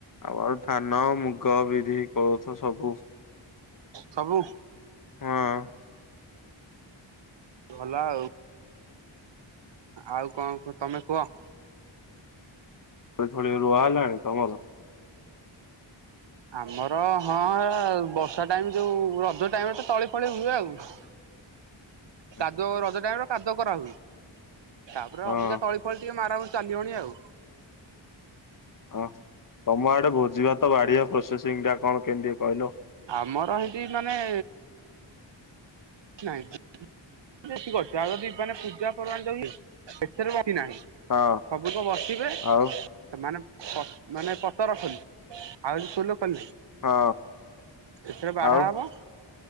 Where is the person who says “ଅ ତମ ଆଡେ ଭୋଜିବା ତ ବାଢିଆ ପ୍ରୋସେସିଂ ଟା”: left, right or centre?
Left